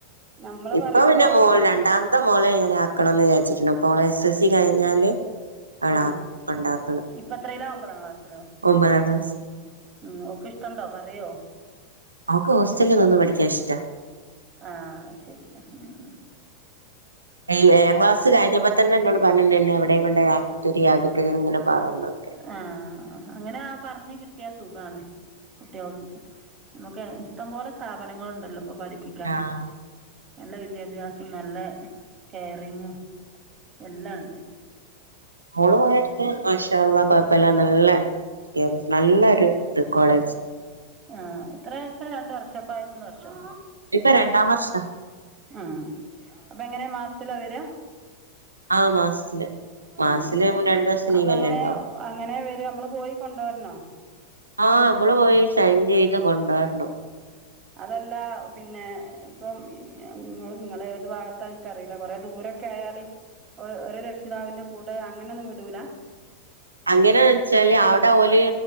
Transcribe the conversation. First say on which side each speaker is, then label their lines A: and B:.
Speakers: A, on the right (about 30°); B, on the right (about 80°).
A: നമ്മള്
B: ഇപ്പൊപിന്നെ
A: പറയുമ്പോ
B: മോള്
A: അത്
B: രണ്ടാം മോളെ ഞാനാആക്കണംന്ന് വിചാര്ച്ചിട്ട്ണ്ട് ഓളെ എസൽസി കഴിഞ്ഞാല് അവളെ
A: ആഹ്
B: കൊണ്ടാക്കണം
A: ഇപ്പത്രേലാ ഒമ്പതാംക്ലാസിലോ?
B: ഒമ്പതാം ക്ലാസ്
A: ഉം ഓക്ക്ഇഷ്ടണ്ടോ പറയോ?
B: അവക്ക് ഹോസ്റ്റല് നിന്ന് പഠിക്കാഇഷ്ടാ.
A: ആഹ് ശെരി <unintelligible>
B: ഈ ഏഴാം ക്ലാസ് കഴിഞ്ഞപ്പ തന്നെ എന്നോട് പറഞ്ഞ്ട്ട്ണ്ട് എന്നെ എവടേയും കൊണ്ട് ആക്കി തരി ആക്കി തരി ഇങ്ങനെ പറയ്ണ് ണ്ട്
A: ആഹ് അങ്ങനെ പറഞ്ഞ് കിട്ടിയാ സുഖാണ്. കുട്ട്യാൾക്ക് നമുക്ക് ഇഷ്ടംപോലെ സ്ഥാപനങ്ങള്ണ്ടല്ലോ ഇപ്പം പഠിപ്പിക്കാന്
B: ആ
A: നല്ല വിദ്യാഭ്യാസം നല്ല കെയറിംഗും എല്ലാം ഇണ്ട്.
B: മോള് പോയോട്ത്ത് മാഷാഅല്ലാഹ്‌ കൊഴപ്പല്ലാ നല്ല ക്യാമ്പസ്‌ നല്ലൊരു ഇത് കോളേജ്
A: ആഹ് എത്രവർഷാ രണ്ട് വർഷപ്പായേ മൂന്ന് വർഷോ
B: ഇപ്പൊ രണ്ടാം വർഷാ
A: ഹ്മ്മ് അപ്പം എങ്ങനെ മാസത്തില വരാ
B: ആ മാസത്തില് മാസത്തില്
A: ഹ്മ്മ്
B: രണ്ടു ദിവസം
A: അപ്പം
B: ലീവല്ലേ
A: അങ്ങനെ
B: ഉണ്ടാവും
A: അങ്ങനെ വരാ നമ്മള് പോയി കൊണ്ടോരണോ
B: ആഹ് നമ്മള് പോയി സൈൻ ചെയ്ത് കൊണ്ടോണം.
A: അതല്ല പിന്നെ ഇപ്പം ഇങ്ങള് ഇങ്ങളേത് ഭാഗത്ത ഇൻക്കറീല്ല കൊറെ ദൂരം ഒക്കെ ആയാല് ഒ ഒര് രക്ഷിതാവിന്റെ കൂടെ അങ്ങനൊന്നും വിടൂലാ
B: അങ്ങനെ വെച്ചാല് അവ്ടെ ഓല്